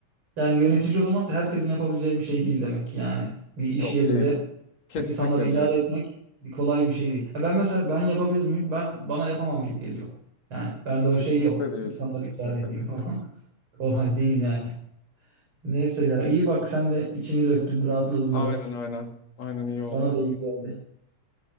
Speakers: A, on the right (about 40°); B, on the left (about 55°).
A: Yani yönetici olmak da herkesin yapabileceği bir şey değil demek ki yani. Bir iş
B: Yok
A: yerinde
B: değil. Kesinlikle
A: insanları idare
B: değil.
A: etmek kolay bir şey değil. Ha ben mesela ben yapabilir miyim? Ben bana yapamam gibi geliyor. Yani bende o
B: Kesinlikle
A: şey yok.
B: değil.
A: İnsanları
B: Kesinlikle
A: idare edeyim
B: değil.
A: falan.
B: Yok.
A: <laughs> Kolay değil yani. Neyse ya iyi bak sen de içini döktün, rahatladın
B: Aynen
A: biraz.
B: aynen. Aynen iyi oldu.
A: Bana da iyi geldi.